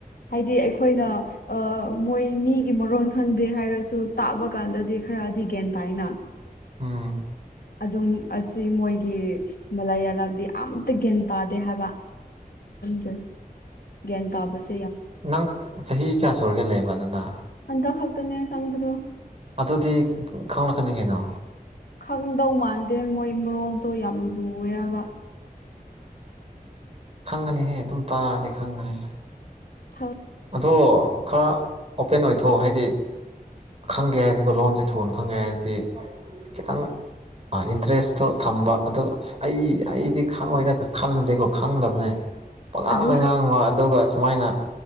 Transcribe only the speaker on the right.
ꯎꯝ
ꯅꯪ ꯆꯍꯤ ꯀꯌꯥ ꯁꯨꯔꯒꯦ ꯂꯩꯕ ꯑꯗꯨꯗ
ꯑꯗꯨꯗꯤ ꯈꯪꯂꯛꯀꯅꯤ ꯀꯩꯅꯣ
ꯈꯪꯒꯅꯤꯍꯦ ꯑꯗꯨꯝ ꯇꯥꯔꯗꯤ ꯈꯪꯒꯅꯤꯅ
ꯑꯗꯣ ꯈꯔ ꯑꯣꯄꯦꯟ ꯑꯣꯏꯊꯣꯛꯑꯣ ꯍꯥꯏꯗꯤ ꯈꯪꯒꯦ ꯍꯥꯏꯔꯗꯤꯀꯣ ꯂꯣꯟꯁꯦ ꯊꯨꯅ ꯈꯪꯒꯦ ꯍꯥꯏꯔꯗꯤ ꯈꯤꯇꯪ ꯏꯟꯇꯔꯦꯁꯇꯣ ꯊꯝꯕ ꯑꯗꯨꯒ ꯑꯁ ꯑꯩ ꯑꯩꯗꯤ ꯈꯪꯉꯣꯏꯗ ꯈꯜꯂꯨꯗꯦꯀꯣ ꯈꯪꯗꯕꯅꯦ ꯄꯉꯥꯡꯗ
ꯉꯥꯡꯕ ꯑꯗꯨꯒ ꯁꯨꯃꯥꯏꯅ